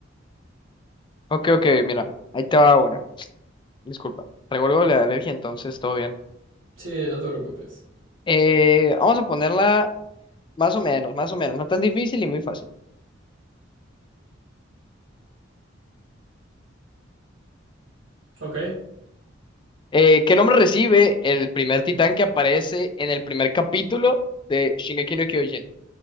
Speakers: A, on the left; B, on the right.
A: Ok, ok, mira. Ahí te va una. Disculpa. Traigo algo de la alergia, entonces todo bien.
B: Sí, no te preocupes.
A: Eh, vamos a ponerla más o menos, más o menos. No tan difícil y muy fácil.
B: Ok,
A: Eh, ¿qué nombre recibe el primer titán que aparece en el primer capítulo de Shingeki no Kyojin?